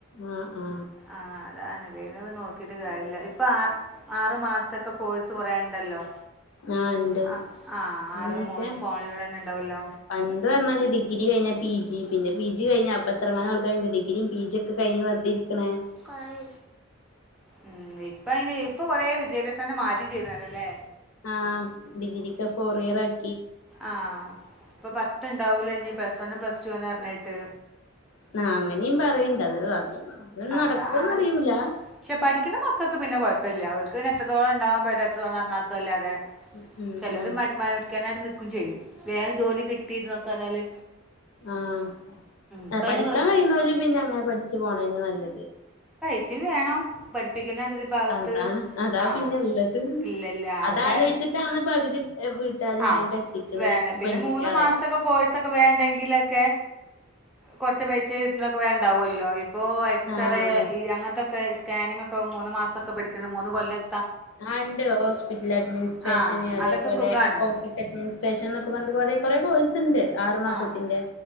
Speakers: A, on the left (about 80°); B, in the centre.
A: ആഹ് ആഹ്
B: ആ അതാണ് ല്ലേ ഇനിപ്പ നോക്കിട്ട് കാര്യല്ല ഇപ്പം ആറ് ആറ് മാസ്ത്തൊക്കെ കോഴ്സ് കൊറേയ്ണ്ടല്ലോ
A: ആഹ് ഇണ്ട്
B: ആ ആ
A: അങ്ങനെയൊക്കെ
B: ആറ് മൂന്ന് ഫോണിലൂടെന്നെ ണ്ടാവുല്ലോ
A: പണ്ട് പറഞ്ഞാല് ഡിഗ്രി കഴിഞ്ഞാ പി ജി പിന്നെ പി ജി കഴിഞ്ഞ അപ്പെത്രങ്ങാനം ആൾക്കാരുണ്ട് ഡിഗ്രീം പി ജിം ഒക്കെ കയ്ഞ് വെർതിരിക്കണേ
B: കറി ഉം ഇപ്പ അയ്ന് ഇപ്പ കൊറേ വിദ്യാഭ്യാസം തന്നെ മാറ്റി ചെയ്തണ്ട്ല്ലേ
A: ആഹ് ഡിഗ്രിക്കെ ഫോർഇയർ ആയി
B: ആ ഇപ്പ പർത്ത് ഇണ്ടാവൂലെ ഇനി പ്ലസ് വണ്ണും പ്ലസ്ടൂവന്നർഞ്ഞിട്ട്
A: ന്നാ അങ്ങനേം പറയ്ണ്ട് അത് അത് നടക്കോന്നറിയൂല
B: അതാ പക്ഷെ പഠിക്ക്‌ണ മക്കൾക്ക് പിന്നെ കൊയപ്പല്ല്യാ അവർക്ക് പിന്നെ എ ത്രത്തോളം ഇണ്ടവാ പറ്റും എത്രത്തോളം നന്നാക്കല്ലാതെ
A: ഉം ഉം
B: ചെലൊര്
A: ഉം
B: മര് മരിക്കാനായിട്ട് നിക്കും ചെയ്യും വേം ജോലി കിട്ടിന്നൊ ക്കെർഞ്ഞാല്
A: ആഹ്
B: ഇപ്പം
A: പഠിക്കാൻ
B: അതിന് കുഴ-
A: കഴിയ്ണോര് പിന്നങ്ങനെ പഠിച്ച് പോണെന്നെ ന്നല്ലത്
B: സീതി വേണം പഠിപ്പിക്കണ്ട് ര് ഭാഗത്ത്
A: അതാണ് അതാ
B: ആ
A: പിന്നെ ഉള്ളത്
B: ഇല്ലല്ല
A: അതാലോചിച്ചിട്ടാണ്
B: അ ഹേ
A: പകുതി വീട്ടുകാരും
B: ആ
A: വേഗം കെട്ടിക്കണത്
B: വേണ പിന്നെ
A: പെൺകുട്ടികളെ
B: മൂന്ന് മാസത്തൊക്കെ കോഴ്സൊക്കെ വേണ്ടെങ്കിലൊക്കെ കൊറച്ച് പൈസ കിട്ടുന്നൊക്കെ വേണ്ടാവൊല്ലോ പ്പോ എക്സറേ
A: ആ ആ
B: ഈ അങ്ങൻത്തൊക്കെ സ്കാനിങ്ങൊക്കെ മൂന്ന് മാസ്തൊക്കെ പഠിക്ക്‌ണ് മൂന്ന് കൊല്ലം
A: ആ ഇണ്ട് ഹോസ്പിറ്റൽ അഡ്മിനിസ്ട്രേഷന്
B: ആ
A: അതേപോലെ
B: അതൊക്കെ സുഖമാണ്
A: ഓഫീസ് അഡ്മിനിസ്ട്രേഷൻ ന്നൊക്കെ പറഞ്ഞിട്ട് കൊറേ കൊറേ കോഴ്സ്ണ്ട് ആറ് മാസത്തിന്റെ
B: ആ